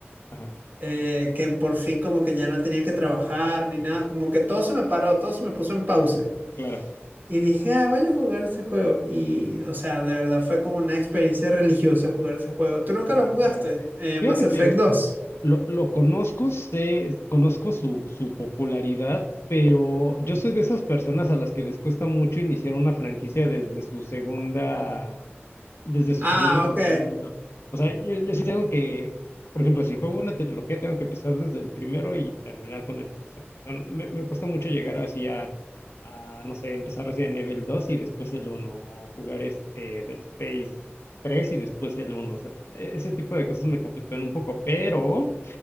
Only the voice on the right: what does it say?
eh, que por fin como que ya no tenía que trabajar ni nada, como que todo se me paró, todo se me puso en pausa.
Y dije, ah, voy a jugar ese juego. Y, o sea, de verdad fue como una experiencia religiosa jugar ese juego. ¿Tú nunca lo jugaste?
Eh,
Mass Effect
dos
Ah,
ok.